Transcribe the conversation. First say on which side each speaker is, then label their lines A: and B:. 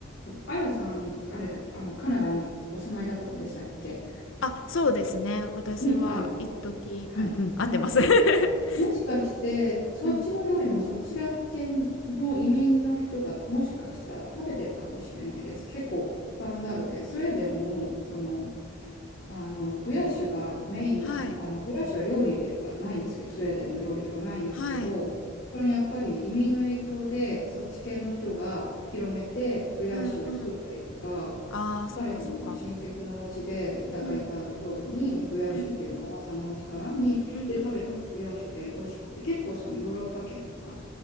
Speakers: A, on the left (about 60°); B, on the left (about 75°).
A: あやさん、あれだっけ、あの、カナダにお住まいだったんでしたっけ
B: あ、そうですね。私は一時、
A: ね、ああ、よかった。はい。
B: うんうん、合ってます。
A: なので、
B: <laughs>
A: もしかして、そっちの料理でもそちら系の移民の人がもしかしたら食べてるかもしれないです。
B: うん。
A: 結構スタンダードで、スウェーデンもその、あのグヤッシュがメインの、
B: はい。
A: あのグヤッシュは料理ではないんですけど、スウェーデンの料理ではないんですけど、
B: はい。
A: そのやっぱり移民の影響でそっち系の人が広めてグヤッシュを作ったりとか、
B: うんうん。ああ、そうかそうか。
A: 彼の親戚のお家でいただいた料理にグヤッシュっていうのがおばさんのお家かなにで食べたのがグヤーシュで美味しくて、
B: うん。うんうんうんうん。
A: 結構そのヨーロッパ圏とか